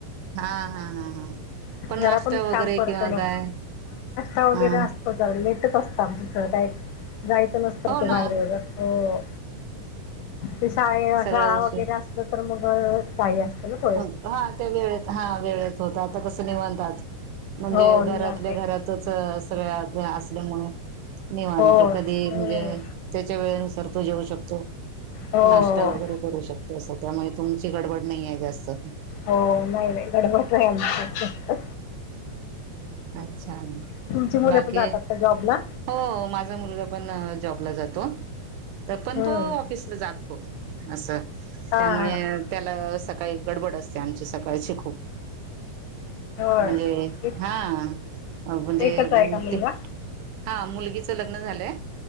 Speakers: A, on the right; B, on the left.
A: हा हा हा हा
B: <unintelligible>
A: पण नाश्ता वगैरे
B: काम पडतं
A: किंवा
B: ना.
A: काय
B: जरा
A: हा
B: लेटच असतं आमचं सगळं काय. जायचं नसतं
A: हो
B: कुठं
A: ना
B: बाहेर एवढं. हो, ते शाळे
A: सगळ्या
B: शाळा
A: गोष्टी
B: वगैरे असलं तर मग घाई असते ना खूप.
A: हो, हा त्या वेळेत हा वेळेत होतं. आता कसं निवांत आज म्हणजे
B: हो
A: घरातल्या
B: निवांत
A: घरातच अं सगळ्या आज असल्यामुळं निवांत
B: हो
A: कधी
B: हम्म
A: म्हणजे त्याच्या वेळेनुसार तो जेवू शकतो,
B: हो
A: नाश्ता
B: हो
A: वगैरे करू शकतो असं, त्यामुळे तुमची गडबड नाहीये जास्त.
B: हो, नाही नाही <unintelligible> आमचं
A: अच्छा
B: तुमची मुलं
A: बाकी
B: पण जातात का जॉबला?
A: हो, माझा मुलगा पण जॉबला जातो. त पण
B: हम्म
A: तो ऑफिसला जात हो, असं.
B: हा
A: त्यामुळे
B: हा
A: त्याला सकाळी गडबड असते. आमची सकाळची खूप.
B: होय
A: म्हणजे
B: एक
A: हा, म्हणजे
B: एकच आहे का मुलगा?
A: ते हा, मुलगीचं लग्न झालंय